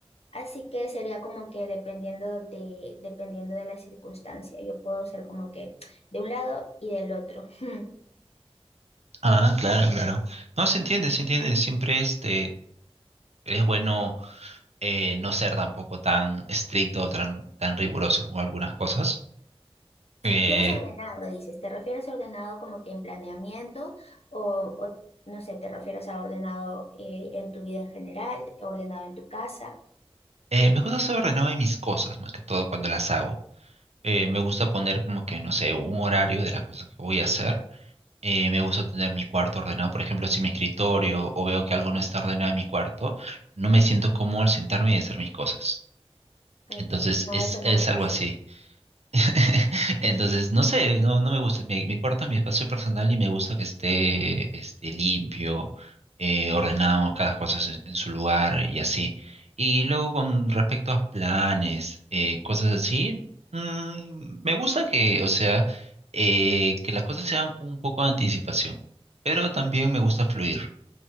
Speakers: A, on the left; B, on the right.
A: Así que sería como que dependiendo de, dependiendo de la circunstancia, yo puedo ser como que de un lado y del otro. <laughs>
B: Ah, claro, claro. No, se entiende, se entiende. Siempre este, es bueno eh, no ser tampoco tan estricto, tan, tan riguroso como algunas cosas. Eh,
A: Tú eres ordenado, dices, ¿te refieres a ordenado como que en planeamiento o, o, no sé, te refieres a ordenado eh, en tu vida en general, ordenado en tu casa?
B: eh, me gusta ser ordenado en mis cosas, más que todo cuando las hago. Eh,
A: Mm,
B: me gusta poner como que, no sé, un horario de las cosas que voy a hacer eh, me gusta tener mi cuarto ordenado, por ejemplo, si mi escritorio o veo que algo no está ordenado en mi cuarto, no me siento cómodo al sentarme y hacer mis cosas.
A: ok,
B: Entonces,
A: no,
B: es,
A: eso no
B: es
A: me pasa.
B: algo así. <laughs> Entonces, no sé, no, no me gusta. Mi, mi cuarto es mi espacio personal y me gusta que esté, este, limpio, eh, ordenado, cada cosa en, en su lugar y así. Y luego con respecto a planes, eh, cosas así, mm, me gusta que, o sea, eh, que las cosas se hagan con un poco de anticipación, pero también me gusta fluir.